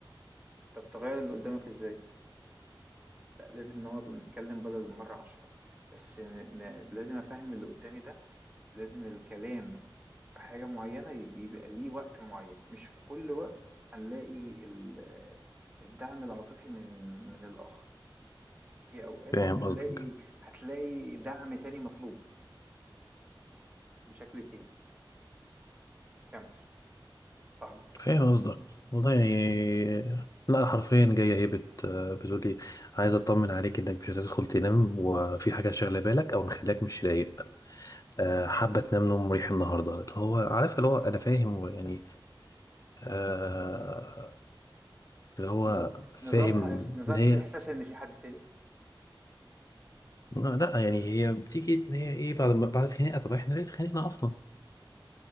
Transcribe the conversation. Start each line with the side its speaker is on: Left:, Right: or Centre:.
Right: طب تغير اللي قدامك ازاي لا لازم نقعد ونتكلم بدل المره عشرة بس ن- ن- لازم افهم اللي قدامي ده لازم الكلام في حاجه معينه يبقى ليه وقت معين مش في كل وقت هنلاقي ال- الدعم العاطفي من من الاخر في اوقات
Left: فاهم
Right: هتلاقي
Left: قصدك
Right: هتلاقي دعم تاني مطلوب بشكل تاني كمل صاحبك
Left: فاهم قصدك والله يعني لا حرفيا جايه هي بت بتقول لي عايز اطمن عليك انك مش هتدخل تنام وفي حاجه شاغله بالك او مخليك مش رايق آه، حابه تنام نوم مريح النهارده اللي هو عارف اللي هو انا فاهم يعني آه، اللي هو
Right: نظام
Left: فاهم
Right: نظام ح... نظام
Left: ان هي
Right: فيه إحساس إن في حد تاني
Left: لا لا يعني هي بتيجي إن هي ايه بعد ما بعد الخناقه طب احنا ليه اتخانقنا اصلا